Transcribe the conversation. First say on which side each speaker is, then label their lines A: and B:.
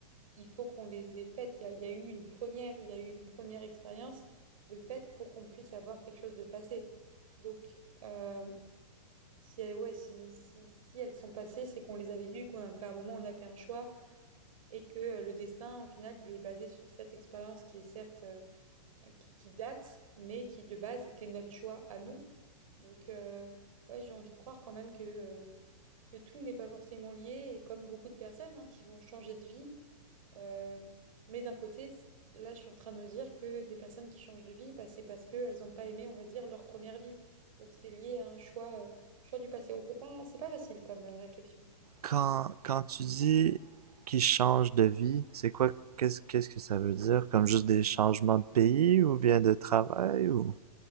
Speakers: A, on the right; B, on the right.
A: il faut qu'on les ait faites. Il y a, il y a eu une première, il y a eu une première expérience de fait pour qu'on puisse avoir quelque chose de passé. Donc, euh, Si elles, ouais, si, si, si elles sont passées, c'est qu'on les a vécues, qu'on a- qu'à un moment on a fait un choix et que euh, le destin, au final, il est basé sur cette expérience qui est certes, euh, qui, qui date, mais qui de base était notre choix à nous. Donc, euh, ouais, j'ai envie de croire quand même que, euh, que tout n'est pas forcément lié et comme beaucoup de personnes hein, qui vont changer de vie, euh, mais d'un côté, là, je suis en train de me dire que des personnes qui changent de vie, bah, c'est parce qu'elles n'ont pas aimé, on va dire, leur première vie. Donc c'est lié à un choix, euh, choix du passé. Ouais, c'est pas, c'est pas facile comme euh, réflexion.
B: Quand, quand tu dis qu'ils changent de vie, c'est quoi... Qu'est-ce qu'est-ce que ça veut dire? Comme juste des changements de pays ou bien de travail ou...